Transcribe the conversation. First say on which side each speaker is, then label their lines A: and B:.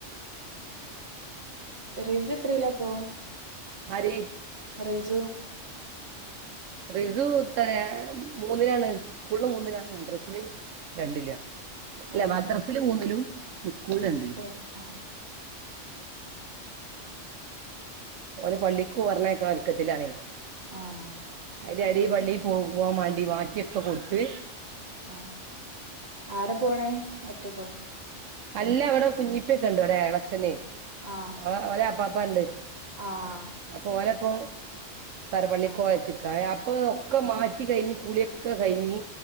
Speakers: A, on the right (about 50°); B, on the right (about 85°).
A: റിജ എത്രേലപ്പോ
B: ആര്
A: റിജു
B: റിസു തെര മൂന്നിലാണ് സ്കൂളിൽ മൂന്നിലാണ് മദ്രസില് രണ്ടിലും അല്ല
A: ഏഹ്
B: മദ്രസില് മൂന്നിലും സ്കൂളില് രണ്ടിലും
A: സ്കൂ ആഹ്
B: ഓലെ പള്ളിക്കു പറഞ്ഞയക്കണ ഒരുക്കത്തിലാണ്
A: ആഹ്
B: അതിന്റെ
A: ഇബടെ
B: അടി പള്ളിയിൽ പോ പോകാൻ മ ടി മാറ്റിയൊക്കെ കൊടുത്ത്
A: ആഹ് ആരെ പോണേ ഒറ്റക്കോ
B: അല്ല അവിടെ കുഞ്ഞിപ്പൊക്കെ ഉണ്ട് ഇവിടെ എളച്ഛനെ
A: ആഹ്
B: ഓ ഓല അപ്പപ്പാണ്ട്
A: ആഹ്
B: അപ്പൊ ഓലപ്പം തറപ്പള്ളിക്കൊഴച്ചക്കായ
A: ആഹ്
B: അപ്പൊ ഒക്കെ മാറ്റി കഴിഞ്ഞ് കുളിയൊക്കെ കഴിഞ്ഞ്